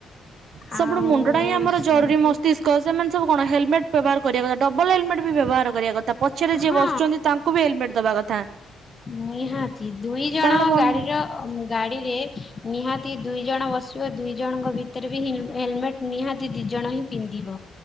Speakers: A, on the right (about 65°); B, on the left (about 30°).
A: ସବୁଠୁ
B: ଆଉ
A: ମୁଣ୍ଡ ଟା ହିଁ ଆମର
B: ସେମିତି
A: ଜରୁରୀ ମସ୍ତିଷ୍କ ସେମାନେ ସବୁ କଣ ହେଲମେଟ୍ ବ୍ୟବହାର କରିବା କଥା ଡବଲ୍ ହେଲମେଟ୍ ବି ବ୍ୟବହାର କରିବା କଥା ପଛରେ
B: ହଁ
A: ଯିଏ ବସୁଛନ୍ତି ତାଙ୍କ୍ ଙ୍କୁ ବି ହେଲ୍ମେଟ୍ ଦବା କଥା।
B: ନିହାତି ଦୁଇ ଜଣ
A: କାରଣ ବ ହଁ
B: ଗାଡ଼ିର ଗାଡ଼ିରେ ନିହାତି ଦୁଇ ଜଣ ବସି ଵ ଦୁଇ ଜଣଙ୍କ ଭିତରେ ବି ହିଁ ହେଲମେଟ୍ ନିହାତି ଦି ଜଣ ହିଁ ପିନ୍ଧିବ